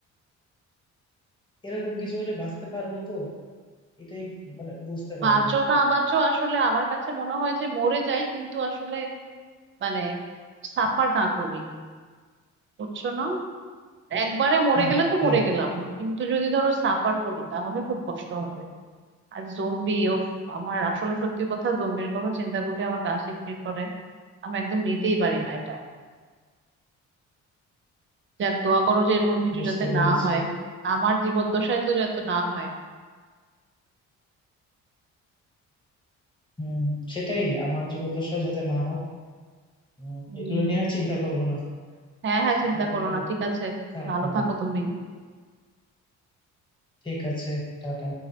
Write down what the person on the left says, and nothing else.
এরকম কিছু হলে বাঁচতে পারবো তো এটাই মানে বুঝতে পারি
না আর কি
হুম
হ্যাঁ
বুঝতে
পেরেছি
হুম সেটাই আমার জীবদ্দশাও যাতে না হোক উম,
এগুলো নিয়ে আর চিন্তা করবো না
চিন্তা
করলে
আরো
খারাপ
লাগে
ঠিক আছে টাটা